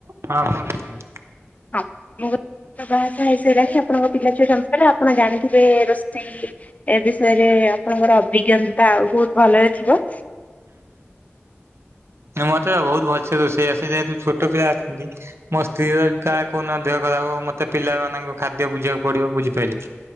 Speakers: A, on the right; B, on the left.
A: ହଁ କୁହନ୍ତୁ କୁହନ୍ତୁ।
B: ହଁ ମୁଁ ଗୋ ତ ବାହା ସାହା ହେଇ ସାଇଲାଣି ଆପଣଙ୍କ ପିଲା ଛୁଆ ଜନ୍ମ କଲେ ଆପଣ ଜାଣିିଥଗ ବେ ରୋଷେଇ ଏ ବିଷୟରେ ଆପଣଙ୍କର ଅଭିଜ୍ଞତା ଆଉ ବୋହୁତ ଭଲରେ ଥିବ।
A: ନା ମତେ ବୋହୁତ ଭଲସେ ରୋଷେଇ ଆସେ ଯେହେତୁ ଛୋଟ ପିଲା ଅଛନ୍ତି ମୋ ସ୍ତ୍ରୀର କାଳେ କୋଉ ନ ଦେହ ଖରାପ ହବ ମତେ ପିଲାମାନଙ୍କ ଖାଦ୍ୟ ବୁଝିବାକୁ ପଡ଼ିବ, ବୁଝିପାଇଲେ?